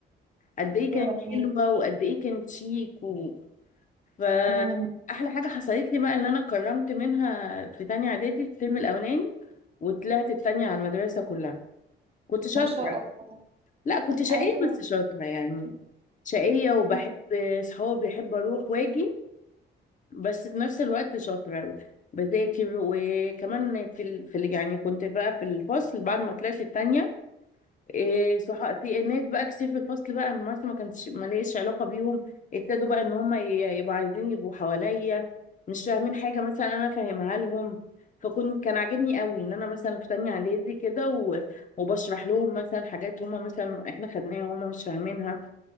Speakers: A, on the left; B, on the right.
A: قد ايه كانت
B: ايوه ايوه
A: حلوة وقد ايه كانت شيك و... فأحلى
B: أمم،
A: حاجة حصلت لي بقى اللي أنا اتكرمت منها في تانية إعدادي الترم الأولاني وطلعت التانية على المدرسة كلها كنت شاطرة
B: ما شاء الله
A: لا كنت شقية
B: ايوه
A: بس شاطرة يعني شقية وبحب
B: أمم.
A: صحابي بحب أروح وأجي بس في نفس الوقت شاطرة بذاكر وكمان في ال... في ال... يعني كنت بقى في الفصل بعد ما طلعت التانية إيه صح في ناس بقى كتير في الفصل بقى مثلا ما كانتش ماليش علاقة بيهم ابتدوا بقى ان هم ي- يبقوا عايزين يبقوا حواليا مش فاهمين حاجة مثلا انا فاهمها لهم فكنت كان عاجبني قوي ان انا مثلا في تانية اعدادي كده و- وبشرح لهم مثلا حاجات هم مثلا احنا خدناها هم مش فاهمينها